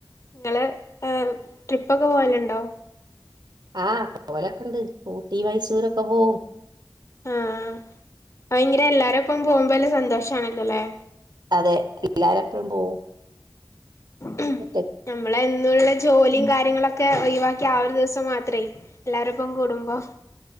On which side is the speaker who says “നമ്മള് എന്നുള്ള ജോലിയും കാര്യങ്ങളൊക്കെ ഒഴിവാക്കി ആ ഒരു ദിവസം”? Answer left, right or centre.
Left